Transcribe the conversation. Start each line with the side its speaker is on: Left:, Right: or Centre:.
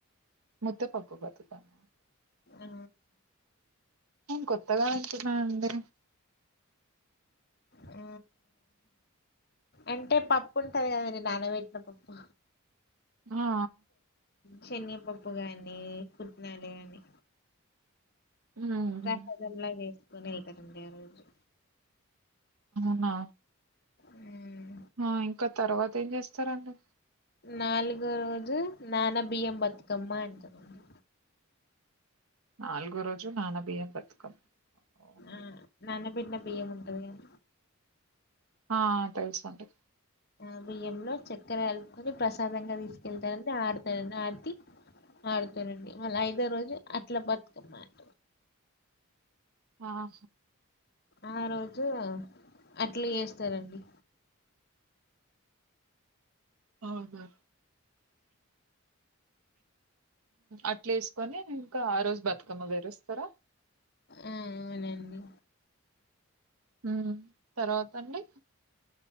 Right: ముద్దపప్పు బతుకమ్మ
Left: ఆ
Right: కొత్తగా వింటున్నా అండి
Left: ఆ అంటే పప్పు ఉంటది కదండి నానవేటిన పప్పు
Right: హా
Left: శనగపప్పు గాని పుట్నాలు గాని
Right: మ్మ్
Left: ర హజార్ ల చేస్ కోనెకతండి ఆ రోజు
Right: ఆ
Left: ఉ
Right: ఆ ఇంకా తర్వాత ఏం చేస్తారండి
Left: నాలుగో రోజు నానబియ్యం బతుకమ్మ అంటరండి
Right: నాలుగో రోజు నానబియ్యం బతుకమ్మ ఓహో
Left: ఆ నా న బిన్న బియ్యము ఉంటాది కద
Right: ఆ తెలుసు అండి
Left: ఆ బియ్యంలో చక్కెర కలుపుకొని ప్రసాదంగా తీసుకెళ్తారండి ఆడతారంని ఆడితి ఆడుతారంండి మళ్ళీ ఐదో రోజు అట్లా బతుకమ్మాట
Right: ఆహా
Left: ఆ రోజు అట్లు చేస్తారండి
Right: అవున అట్లు వేసుకొని ఇంకా ఆ రోజు బతుకమ్మ పేరుస్తారా
Left: ఆ అవునండి
Right: ఉ తర్వాతండి